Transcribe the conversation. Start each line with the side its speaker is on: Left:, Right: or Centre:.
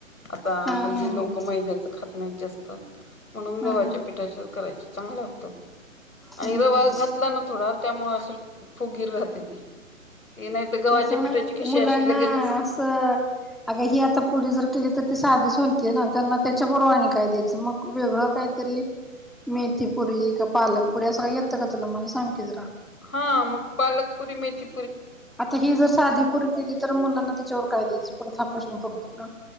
Left: आता
Centre: हा हा
Left: हल्ली
Centre: हा हम्म
Left: लोकं मैद्याचं खात नाहीत जास्त. म्हणून गव्हाच्या
Centre: हम्म
Left: पिठाच्या करायच्या चांगल्या होतात आणि
Centre: हम्म
Left: रवा
Centre: हम्म
Left: घातला ना थोडा त्यामुळे असं फुगीर राहते ती. ते नाही तर गव्हाच्या
Centre: तसं
Left: पिठाची
Centre: नाई
Left: कशी
Centre: मुलांना
Left: अशी लगेच
Centre: असं. अग ही आता पुरी जर केली तर ती साधीच हो ते ना त्यांना त्याच्या बरोबर आणि काय द्यायचं मग वेगळं काहीतरी मेथीपुरी का पालकपुरी असं का येतं का तुला मला सांग की जरा
Left: हां मग पालकपुरी मेथी
Centre: आता ही जर साधी पुरी केली तर मुलांना त्याच्यावर काय द्यायचं परत हा प्रश्न पडतोय ना.